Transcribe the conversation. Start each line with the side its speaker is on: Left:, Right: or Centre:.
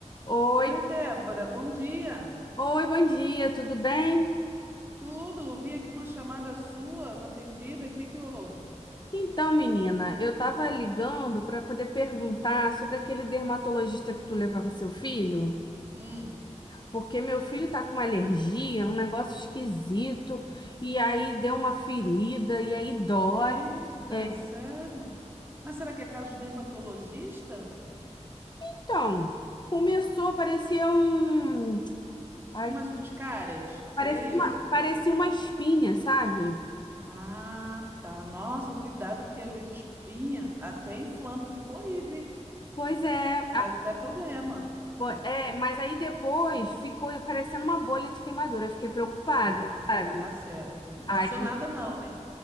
Left: Oi,
Right: Oi, Débora, bom dia.
Left: oi, bom dia, tudo bem?
Right: Tudo? Vi aqui uma chamada sua não atendida. O que que houve?
Left: Então, menina, eu tava ligando para poder perguntar sobre aquele dermatologista que tu levava seu filho,
Right: Hum.
Left: porque meu filho tá com uma alergia, um negócio esquisito, e aí deu uma ferida, e aí dói.
Right: Eita,
Left: É,
Right: sério? Mas será que é caso de dermatologista?
Left: então, começou, parecia um. Ai,
Right: Tipo umas urticárias? Seria
Left: parecia
Right: isso?
Left: uma, parecia uma espinha, sabe?
Right: Ah, tá. Nossa, cuidado que às vezes espinha até inflama e fica horrível, hein?
Left: Pois é,
Right: Traz até problema.
Left: Bo- É, mas aí depois ficou parecendo uma bolha de queimadura. Eu fiquei preocupada,
Right: Ah,
Left: sabe?
Right: tá, tá certo. Não passou
Left: Aí
Right: nada não, né?